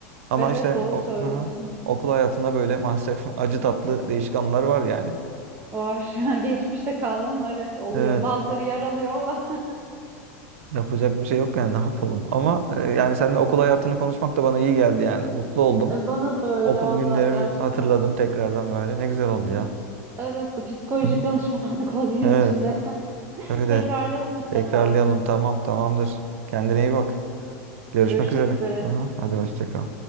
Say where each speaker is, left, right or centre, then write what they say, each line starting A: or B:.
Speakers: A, on the right (about 65°); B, on the right (about 30°).
A: Ama
B: Evet
A: işte
B: doğru
A: o,
B: söylüyorsun.
A: hı hı. okul hayatında böyle maalesef <laughs> acı tatlı değişik anılar var yani.
B: Var. <laughs> Geçmişte kaldı ama evet oluyor.
A: Evet.
B: Bazıları yaralıyor ama. <laughs>
A: Yapacak bir şey yok yani ne yapalım. Ama e, yani seninle okul hayatını konuşmak da bana iyi geldi yani. Mutlu oldum.
B: E, Bana da öyle
A: Okul
B: valla
A: günlerimi
B: gerçekten.
A: hatırladım tekrardan böyle. Ne güzel oldu ya.
B: Evet psikolojik
A: Hı hı.
B: danışmanlık <laughs> ol benim
A: Evet.
B: için de. <laughs>
A: Öyle.
B: Tekrarlayalım mutlaka.
A: Tekrarlayalım. Tamam. Tamamdır. Kendine iyi bak. Görüşmek
B: Görüşmek
A: üzere.
B: üzere.
A: Aha, hadi hoşça kal.